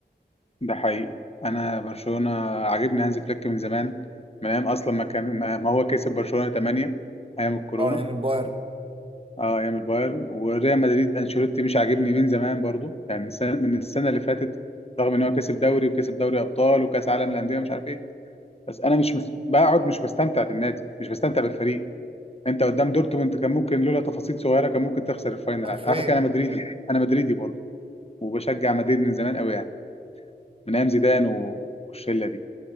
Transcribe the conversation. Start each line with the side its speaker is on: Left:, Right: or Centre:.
Left: ده حقيقي انا برشلونه عاجبني هانز فليك من زمان من ايام اصلا ما كان ما هو كسب برشلونه 8 ايام الكورونا
Right: اه يعني البايرن
Left: اه ايام البايرن وريال مدريد انشيلوتي مش عاجبني من زمان برضو يعني السنه من السنه اللي فاتت رغم ان هو كسب دوري وكسب دوري ابطال وكاس عالم الانديه مش عارف ايه بس انا مش مس- بقعد مش بستمتع بالنادي مش بستمتع بالفريق انت قدام دورتموند كان ممكن لولا تفاصيل صغيره كان ممكن تخسر الفاينل
Right: حرفيا
Left: عادي. على فكره انا مدريدي انا مدريدي برضو وبشجع مدريد من زمان قوي يعني من ايام زيدان والشله دي